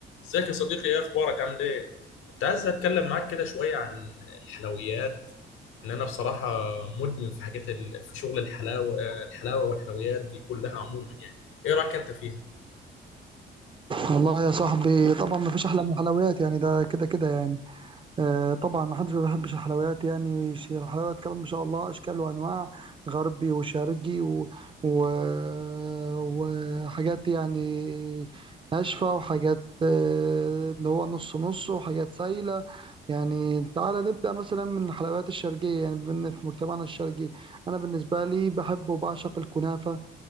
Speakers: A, on the left; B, on the right.
A: ازيك يا صديقي ايه اخبارك عامل ايه كنت عايز اتكلم معاك كده شويه عن الحلويات ان انا بصراحه مدمن في حاجات ال... في شغل الحلاوه الحلاوه والحلويات دي كلها عموما يعني ايه رايك انت فيها
B: والله يا صاحبي طبعا ما فيش احلى من الحلويات يعني ده كده كده يعني آه طبعا ما حدش ما بيحبش الحلويات يعني ويش- الحلويات كمان ما شاء الله اشكال وانواع غربي وشرقي و... و... وحاجات يعني ناشفه وحاجات آه اللي هو نص نص وحاجات سايله يعني تعالى نبدا مثلا من الحلويات الشرقيه يعني بما إن في مجتمعنا الشرقي انا بالنسبه لي بحب وبعشق الكنافه